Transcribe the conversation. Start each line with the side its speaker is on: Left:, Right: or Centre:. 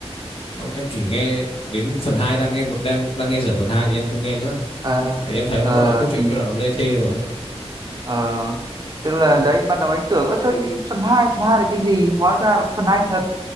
Left: Không, em chỉ nghe đến phần hai đang nghe một đang đang nghe dở phần 2 thì em không nghe nữa.
Right: À,
Left: Thì em thấy
Right: ờ,
Left: nó bắt đầu cốt truyện
Right: thì
Left: bắt đầu nó lê thê rồi ấy.
Right: ờ, tức là đấy ban đầu anh tưởng ớt sao cái phần hai phần 2 là cái gì hóa ra là phần 2 thật